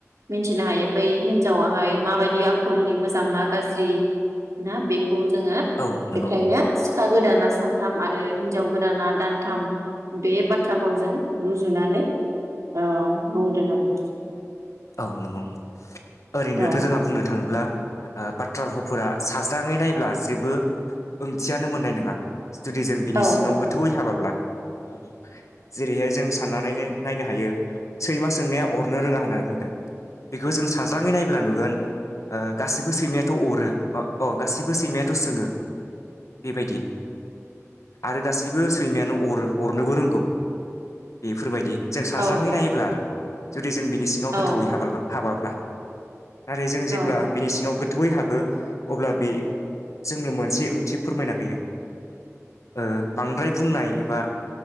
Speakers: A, on the right; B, on the left.
A: मिन्थिनो हायो बै हिनजावाहाय माबायदि आखलनि मोजां ना गाज्रि ना बे खौ जोङो
B: औ नंगौ
A: बेखायनो सि खा गोदाना सानथाम आरो हिनजाव गोदाना दानथाम बे बाथ्रा फावजों रुजुनानै ओ बुंदों आरो
B: औ नंगौ ओरैनोथ
A: औ
B: जोंहा बुंनो थाङोब्ला ओ बाथ्रा भावफोरा साज्राङै नायब्ला जेबो ओंथियानो मोननाय नोङा जुदि जों बिनि
A: औ
B: सिङाव गोथौयै हाबाब्ला औ जेरैहाय जों साननानैनो नायनो हायो सैमा सोंनाया अरनो रोङा होनना बु दों बेखौ जों साज्राङै नायब्ला नुगोन ओ गासैबो सैमायाथ अरो अ अ गासैबो सैमायाथ सोङो बेबायदि आरो गासैबो सैमायानो अरो अरनोबो रोंगौ बेफोरबायदि जों साज्राङै
A: औ
B: नायोब्ला आरो जुदि जों बिनि सिङाव
A: औ
B: थौयै <unintelligible> हाबाब्ला नाथाय जों जेब्ला
A: औ
B: बेनि सिङाव गोद थौयै हाबो अब्ला बे जोंनो मोनसे ओंथि फोरमायना होयो ओ बांद्राय बुंनाय एबा